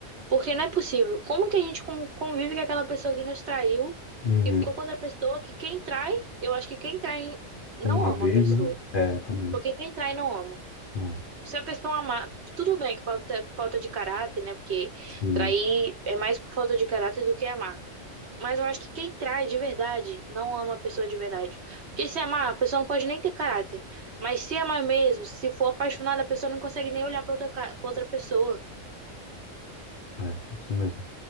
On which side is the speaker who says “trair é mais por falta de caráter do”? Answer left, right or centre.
Right